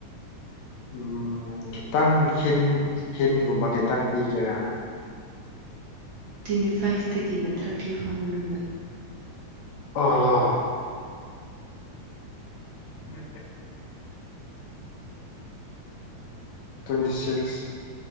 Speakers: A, on the left; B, on the right.
A: ꯎꯝ ꯈꯤꯇꯪ ꯍꯤꯟ ꯍꯤꯟꯒꯨꯝꯕ ꯈꯤꯇꯪ ꯄꯤꯒꯦꯔꯥ
B: ꯇ꯭ꯋꯦꯟꯇꯤ ꯐꯥꯏꯚꯇꯒꯤꯅ ꯊꯥꯔꯇꯤ ꯐꯧ ꯃꯅꯨꯡꯗ
A: ꯑꯂꯥ <unintelligible> ꯇꯨ꯭ꯋꯦꯟꯇꯤ ꯁꯤꯛꯁ